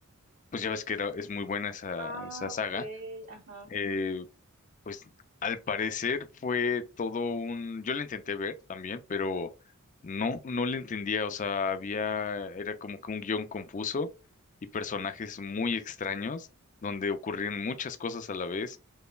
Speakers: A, on the left; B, on the right.
A: pues ya ves que era, es muy buena esa,
B: Ah,
A: esa saga.
B: ok, ajá.
A: eh, pues al parecer fue todo un, yo la intenté ver también, pero no, no la entendía, o sea, había, era como que un guión confuso y personajes muy extraños donde ocurrían muchas cosas a la vez,